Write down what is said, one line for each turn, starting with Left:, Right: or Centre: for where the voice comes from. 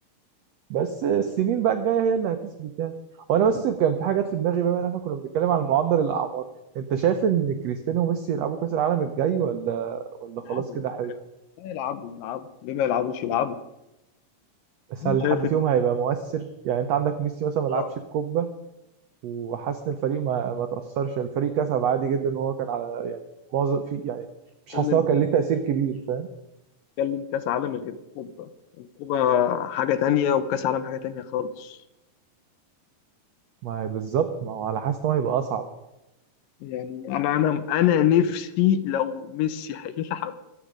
Right: بس السنين
Left: يعني
Right: بقى الجايه هي اللي هتثبت يعني وانا بس كان في حاجات في دماغي بما ان احنا كنا بنتكلم عن معدل الاعمار انت شايف ان كريستيانو وميسي يلعبوا كاس العالم الجاي ولا ولا خلاص
Left: يلعبوا
Right: كده حلو
Left: يلعبوا يلعبوا ليه ما يلعبوش يلعبوا
Right: بس هل
Left: شايف
Right: حد فيهم
Left: ان
Right: هيبقى مؤثر يعني انت عندك ميسي مثلا ما لعبش
Left: آه،
Right: الكوبا وحاسس ان الفريق ما ما تاثرش يعني الفريق كسب عادي جدا وهو كان على يعني معظم في يعني مش
Left: بتتكلم
Right: حاسس ان هو كان ليه تاثير كبير فاهم
Left: بتتكلم كاس عالم غير الكوبا الكوبا حاجة تانية وكاس عالم حاجة تانية خالص
Right: ما هي بالظبط ما هو انا حاسس ان هو هيبقى اصعب
Left: يعني انا انا انا نفسي لو ميسي هيلعب